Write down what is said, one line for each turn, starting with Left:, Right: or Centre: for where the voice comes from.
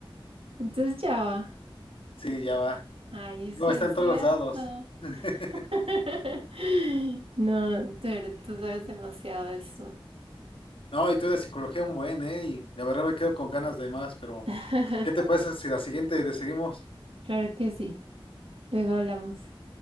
Right: entonces Java.
Left: Sí, Java.
Right: Ay, sí
Left: Java está
Right: es
Left: en todos
Right: cierto.
Left: los lados. <laughs>
Right: <laughs> No, tú, eres- tú sabes demasiado de esto.
Left: No, y tú de psicología un buen, ¿eh? Y la verdad me quedo con ganas de más, pero
Right: <laughs>
Left: ¿qué te parece si la siguiente le seguimos?
Right: Claro que sí. Luego hablamos.